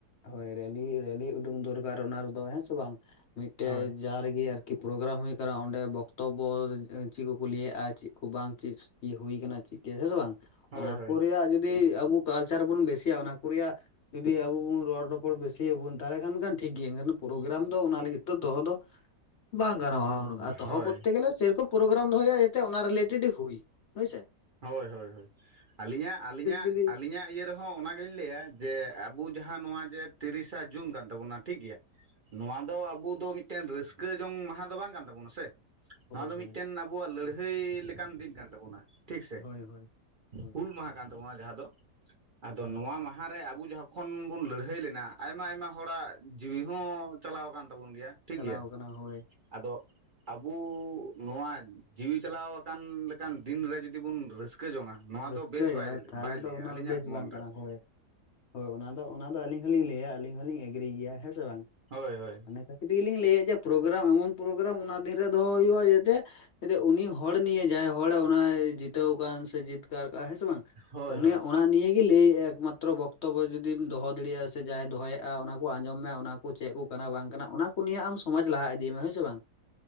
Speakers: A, on the left; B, on the right.
A: ᱦᱳᱭ ᱨᱮᱞᱤ ᱨᱮᱞᱤ ᱩᱰᱩᱝ ᱫᱚᱨᱠᱟᱨ ᱚᱱᱟ ᱨᱮᱫᱚ ᱦᱮᱸ ᱥᱮ ᱵᱟᱝ ᱢᱤᱫᱴᱮᱡ
B: ᱦᱳᱭ
A: ᱡᱟᱦᱟ ᱨᱮᱜᱮ ᱟᱨᱠᱤ ᱯᱨᱳᱜᱨᱟᱢ ᱦᱳᱭ ᱟᱠᱟᱱᱟ ᱚᱸᱰᱮ <unintelligible> ᱵᱚᱠᱛᱛᱚᱵᱚ ᱪᱮᱫ ᱠᱚᱠᱚ ᱞᱟᱹᱭᱟᱜᱼᱟ ᱪᱮᱫ ᱠᱚ ᱵᱟᱝ ᱪᱮᱫ ᱤᱭᱟᱹ ᱦᱩᱭᱟ ᱠᱟᱱᱟ ᱪᱮᱫ ᱦᱮᱸ ᱥᱮ ᱵᱟᱝ
B: ᱦᱳᱭ
A: ᱚᱱᱟ
B: ᱦᱳᱭ
A: ᱠᱚ ᱨᱮᱭᱟᱜ ᱡᱩᱫᱤ ᱟᱵᱚ ᱠᱟᱞᱪᱟᱨ ᱵᱚᱱ ᱵᱮᱥᱤᱭᱟ ᱚᱱᱟ ᱠᱚ ᱨᱮᱭᱟᱜ ᱡᱩᱫᱤ ᱟᱵᱚ ᱵᱚᱱ ᱨᱚᱲ ᱨᱚᱯᱚᱲ ᱵᱮᱥᱤᱭᱟᱵᱚᱱ ᱛᱟᱦᱚᱞᱮ ᱠᱷᱟᱱ <unintelligible> ᱴᱷᱤᱠᱜᱮᱭᱟ ᱮᱠᱷᱟᱱ ᱯᱨᱳᱜᱨᱟᱢ ᱫᱚ ᱚᱱᱟ ᱞᱟᱹᱜᱤᱫ ᱛᱮ ᱫᱚᱦᱚ ᱫᱚ ᱵᱟᱝ ᱜᱟᱱᱚᱜᱼᱟ᱾ ᱟᱨ ᱫᱚᱦᱚ
B: ᱦᱳᱭ
A: <unintelligible> ᱥᱮᱨᱚᱠᱚᱢ ᱯᱨᱳᱜᱨᱟᱢ ᱫᱚᱦᱚᱭᱟ ᱡᱟᱛᱮ ᱚᱱᱟ ᱨᱤᱞᱮᱴᱮᱰ ᱦᱩᱭ, ᱦᱩᱭ ᱥᱮ
B: ᱦᱳᱭ ᱦᱳᱭ ᱦᱳᱭ ᱟᱹᱞᱤᱧᱟᱜ ᱟᱹᱞᱤᱧᱟᱜ
A: ᱡᱩᱫᱤ
B: ᱟᱹᱞᱤᱧᱟᱜ ᱤᱭᱟᱹ ᱨᱮᱦᱚᱸ ᱚᱱᱟ ᱜᱮᱞᱤᱧ ᱞᱟᱹᱭᱟ ᱡᱮ ᱟᱵᱚ ᱡᱟᱦᱟᱸ ᱱᱚᱣᱟ ᱡᱮ ᱛᱤᱨᱤᱥᱟ ᱡᱩᱱ ᱠᱟᱱ ᱛᱟᱵᱚᱱᱟ ᱴᱷᱤᱠ ᱜᱮᱭᱟ᱾ ᱱᱚᱣᱟ ᱫᱚ ᱟᱵᱚ ᱫᱚ ᱢᱤᱫᱴᱮᱱ ᱨᱟᱹᱥᱠᱟᱹ ᱡᱚᱝ ᱢᱟᱦᱟ ᱫᱚ ᱵᱟᱝ ᱠᱟᱱ ᱛᱟᱵᱚᱱᱟ ᱥᱮ
A: ᱦᱳᱭ
B: ᱱᱚᱣᱟ ᱫᱚ
A: ᱦᱳᱭ
B: ᱢᱤᱫᱴᱮᱱ ᱟᱵᱚᱣᱟᱜ ᱞᱟᱹᱲᱦᱟᱹᱭ ᱞᱮᱠᱟᱱ ᱫᱤᱱ ᱠᱟᱱ ᱛᱟᱵᱳᱱᱟ ᱴᱷᱤᱠ ᱥᱮ
A: ᱦᱳᱭ ᱦᱳᱭ ᱦᱳᱭ
B: ᱦᱩᱞ ᱢᱟᱦᱟ ᱠᱟᱱ ᱛᱟᱵᱚᱱᱟ ᱡᱟᱦᱟᱸ ᱫᱚ ᱟᱫᱚ
A: ᱦᱮᱸ
B: ᱱᱚᱣᱟ ᱢᱟᱦᱟ ᱡᱟᱦᱟᱸ ᱨᱮ ᱟᱵᱩ ᱡᱚᱠᱷᱚᱱ ᱵᱚᱱ ᱞᱟᱹᱲᱦᱟᱹᱭ ᱞᱮᱱᱟ ᱟᱭᱢᱟ ᱟᱭᱢᱟ ᱦᱚᱲᱟᱜ ᱡᱤᱣᱤ ᱦᱚᱸ ᱪᱟᱞᱟᱣ ᱟᱠᱟᱱ ᱛᱟᱵᱚᱱ ᱜᱮᱭᱟ ᱴᱷᱤᱠ
A: ᱪᱟᱞᱟᱣ
B: ᱜᱮᱭᱟ᱾
A: ᱠᱟᱱᱟ ᱦᱳᱭ
B: ᱟᱫᱚ ᱟᱵᱩ ᱱᱚᱣᱟ ᱡᱤᱣᱤ ᱪᱟᱞᱟᱣ ᱟᱠᱟᱱ ᱞᱮᱠᱟᱱ ᱫᱤᱱ ᱨᱮ ᱡᱩᱫᱤ ᱡᱩᱫᱤ ᱵᱚᱱ ᱨᱟᱹᱥᱠᱟᱹ ᱡᱚᱝᱟ ᱱᱚᱣᱟ
A: ᱨᱟᱹᱥᱠᱟᱹᱭᱟ
B: ᱫᱚ ᱵᱮᱥ ᱵᱟᱭ
A: ᱛᱟᱦᱚᱞᱮ ᱫᱚ
B: ᱞᱟᱹᱭᱟ
A: ᱚᱱᱟ
B: ᱟᱹᱞᱤᱧᱟᱜ
A: ᱫᱚ ᱵᱮᱥ
B: ᱢᱚᱱ
A: ᱵᱟᱝ
B: ᱨᱮᱫᱚ
A: ᱠᱟᱱᱟ ᱦᱳᱭ ᱦᱳᱭ ᱚᱱᱟ ᱫᱚ ᱚᱱᱟ ᱫᱚ ᱟᱹᱞᱤᱧ ᱦᱚᱸᱞᱤᱧ ᱞᱟᱹᱭᱟ ᱟᱹᱞᱤᱧ ᱦᱚᱞᱤᱧ ᱮᱜᱽᱨᱤ ᱜᱮᱭᱟ ᱦᱮᱸ ᱥᱮ ᱵᱟᱝ
B: ᱦᱳᱭ ᱦᱳᱭ᱾
A: ᱚᱱᱟᱮ ᱠᱷᱟᱹᱛᱤᱨ ᱜᱮᱞᱤᱧ ᱞᱟᱹᱭᱮᱫ ᱡᱮ ᱯᱨᱳᱜᱨᱟᱢ ᱮᱢᱚᱱ ᱯᱨᱳᱜᱨᱟᱢ ᱚᱱᱟ ᱫᱤᱱ ᱨᱮ ᱫᱚᱦᱚ ᱦᱩᱭᱩᱜᱼᱟ ᱡᱟᱛᱮ ᱡᱟᱛᱮ ᱩᱱᱤ ᱦᱚᱲ ᱱᱤᱭᱮ ᱡᱟᱦᱟᱸᱭ ᱦᱚᱲ ᱚᱱᱟᱭ ᱡᱤᱛᱟᱹᱣ ᱟᱠᱟᱱ ᱥᱮ ᱡᱤᱛᱠᱟᱹᱨ ᱟᱠᱟᱜᱟ ᱦᱮᱸ ᱥᱮ ᱵᱟᱝ
B: ᱦᱳᱭ
A: ᱚᱱᱮ
B: ᱦᱳᱭ
A: ᱚᱱᱟ ᱱᱤᱭᱟᱹ ᱜᱮ ᱞᱟᱹᱭ ᱮᱠᱢᱟᱛᱨᱚ ᱵᱚᱠᱛᱚᱵᱚ ᱡᱩᱫᱤ ᱡᱩᱫᱤᱢ ᱫᱚᱦᱚ ᱫᱟᱲᱮᱭᱟᱜᱼᱟ ᱥᱮ ᱡᱟᱦᱟᱸᱟᱭ ᱫᱚᱦᱚᱭᱮᱫᱼᱟ ᱚᱱᱟ ᱠᱚ ᱟᱸᱡᱚᱢ ᱢᱮ ᱚᱱᱟ ᱠᱚ ᱪᱮᱫ ᱠᱚ ᱠᱟᱱᱟ ᱵᱟᱝ ᱠᱟᱱᱟ ᱚᱱᱟ ᱠᱚ ᱱᱤᱭᱟᱹ ᱟᱢ ᱥᱚᱢᱟᱡᱽ ᱞᱟᱦᱟ ᱤᱫᱤᱭ ᱢᱮ ᱦᱳᱭᱥᱮ ᱵᱟᱝ